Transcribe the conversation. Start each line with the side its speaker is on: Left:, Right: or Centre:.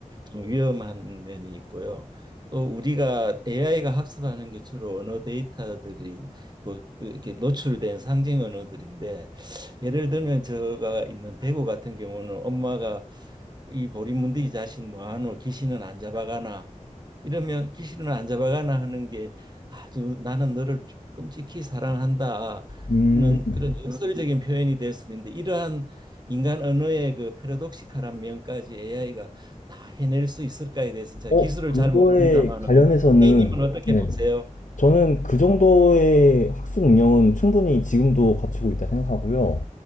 Right: 좀 위험한 면이 있고요. 또 우리가 AI가 학습하는 게 주로 언어 데이터들이 그- 이렇게 노출된 상징 언어들인데 예를 들면 제가 있는 대구 같은 경우는 엄마가 이 보리문들이 자식 뭐하노 귀신은 안 잡아가나 이러면 귀신은 안 잡아가나 하는 게 아주 나는 너를 끔찍히 사랑한다는
Left: 음,
Right: 그런 역설적인 표현이 될 수 있는데 이러한 인간 언어의 그 패러독시칼한 면까지 AI가 다 해낼 수 있을까에 대해서는 제가
Left: 어,
Right: 기술을
Left: 그거에
Right: 잘 모릅니다만은
Left: 관련해서는,
Right: A님은 어떻게
Left: 네네.
Right: 보세요?
Left: 저는 그 정도의 학습 능력은 충분히 지금도 갖추고 있다 생각하고요.